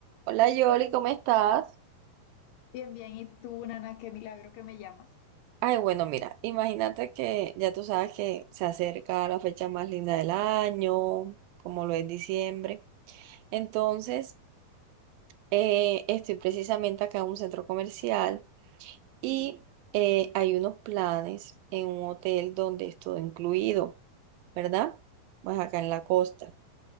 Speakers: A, on the right; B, on the left.
A: Hola Yoli, ¿cómo estás?
B: Bien, bien. ¿Y tú, Nana? Qué milagro que me llamas.
A: Ay, bueno, mira, imagínate que ya tú sabes que se acerca la fecha más linda del año, como lo es diciembre. Entonces, eh, estoy precisamente acá en un centro comercial y
B: Sí.
A: eh, hay unos planes en un hotel donde es todo incluido, ¿verdad? Pues acá en la costa.